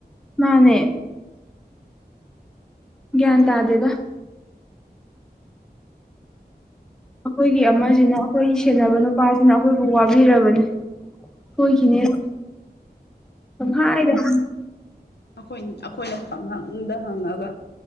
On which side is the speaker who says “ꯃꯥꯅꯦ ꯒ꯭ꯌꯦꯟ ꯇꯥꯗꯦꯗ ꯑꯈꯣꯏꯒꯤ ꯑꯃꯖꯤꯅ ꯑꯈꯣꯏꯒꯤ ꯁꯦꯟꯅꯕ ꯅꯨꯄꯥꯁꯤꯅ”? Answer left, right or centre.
Centre